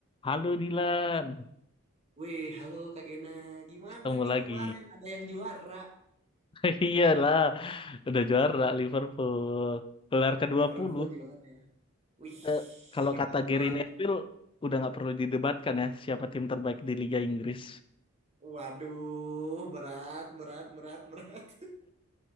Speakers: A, on the left (about 25°); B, on the right (about 30°).
A: Halo Dilan,
B: Wih, halo Kak Gena. Gimana
A: ketemu
B: nih
A: lagi.
B: kemarin ada yang juara?
A: <laughs> Iyalah, udah juara Liverpool. Gelar ke-20.
B: Liverpool juara ya. Wih,
A: Eh, kalau
B: hebat
A: kata
B: banget.
A: Gary Neville, udah nggak perlu didebatkan ya siapa tim terbaik di Liga Inggris.
B: Waduh, berat, berat, berat, berat.